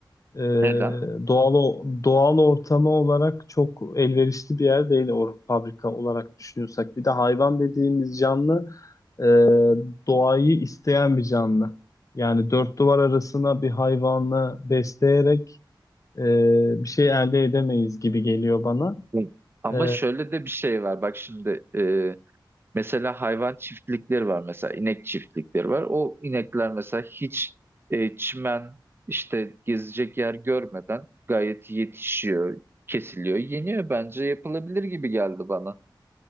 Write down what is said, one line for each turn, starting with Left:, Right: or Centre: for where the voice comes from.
Left: E,
Right: Neden?
Left: doğal o- doğal ortamı olarak çok elverişli bir yer değil or fabrika olarak düşünüyorsak. Bir de hayvan dediğimiz canlı e, doğayı isteyen bir canlı. Yani dört duvar arasına bir hayvanı besleyerek e, bir şey elde edemeyiz gibi geliyor bana.
Right: Hı. Ama
Left: E,
Right: şöyle de bir şey var. Bak şimdi e, mesela hayvan çiftlikleri var. Mesela inek çiftlikleri var. O inekler mesela hiç e, çimen işte gezecek yer görmeden gayet yetişiyor, kesiliyor, yeniyor. Bence yapılabilir gibi geldi bana.